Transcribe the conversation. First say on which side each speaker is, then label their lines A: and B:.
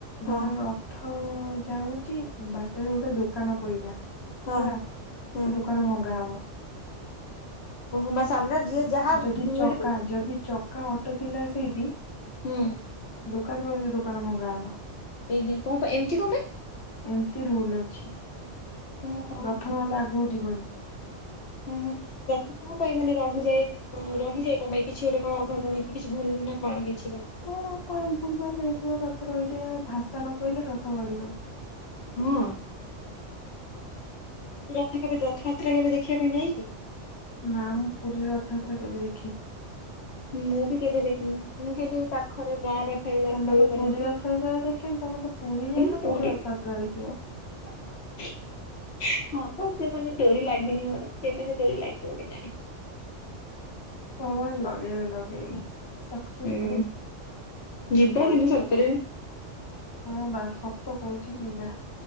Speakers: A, on the left; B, on the left.
A: ହଁ
B: ଧର ରଥ ଯାଉଛି ବାଟରେ ଗୋଟେ ଦୋକାନ ପଇଲା ହେଲା।
A: ହଁ ହୁଁ
B: ସେ ଦୋକାନ ଭଙ୍ଗା ହବ।
A: ଓହୋ ମା ସାମ୍ନା ଯିଏ ଯାହା
B: ଯଦି ଚକା
A: ମିଳିବ
B: ଯଦି ଚକା ଅଟକିଲା ସେଇଠି
A: ହୁଁ।
B: ଦୋକାନ ପଇଲେ ସେ ଦୋକାନ ଭଙ୍ଗା ହବ।
A: ଏହେ କଣ ପାଇଁ ଏମିତି କଣ ପାଇଁ
B: ଏମତି ରୁଲ ଅଛି।
A: ଓହୋ
B: ରଥ ନହେଲେ ଆଗକୁ ଯିବନି।
A: ଉଁ ହୁଁ। ରଥ କଣ ପାଇଁ ମାନେ ରହିଯାଏ? ରହିଯାଏ କଣ ପାଇଁ କିଛି ଗୋଟେ କଣ ଅଘଟଣ କିଛି ଭୁଲ ନା କଣ? ପାଇଁ
B: କଣ କଣ ଭୁଲଭାଲ ହେଇଥିବ ରଥ ରହିଯାଇ। ଆଉ ଭାଷା ନ କହିଲେ ରଥ ଗଡିବନି।
A: ହୁଁ। ରଥ କେବେ ରଥଯାତ୍ରା କେବେ ଦେଖିବା ପାଇଁ ଯାଇଚୁ?
B: ନା ମୁଁ ପୁରୀ ରଥଆତ୍ରା କେବେ ଦେଖିନି?
A: ମୁଁ ବି କେବେ ଦେଖିନି? ମୁଁ ଖାଲି ପାଖରେ ଗାଁ ପାଖରେ ରଥ
B: ତମେ
A: ବି
B: ତ
A: କରନ୍ତି।
B: ପୁରୀ ରଥଯାତ୍ରା ଦେଖିନି ତମେ ତ ପୁରୀ ଯାଇନ
A: ହିଁ ପୁରୀ
B: ରଥଯାତ୍ରା ଦେଖିବ।
A: <inaudible> ହଁ, ପା ସେ ମାନେ ଡୋରି ଲାଗିନି ମୋର। କେବେ ସେ ଡୋରି ଲାଗିବ କେ ଜାଣି?
B: ହଁବା ଲଗେଇବେ! ଲଗେଇବେ! ସକ୍ସେସ୍ଫୁଲ
A: ହୁଁ ଯିବା
B: କରି
A: କିନ୍ତୁ
B: କୁଲମ୍
A: ସତରେ
B: ରେ ହଁ ବା ସତ କହୁଛି, ଯିବା।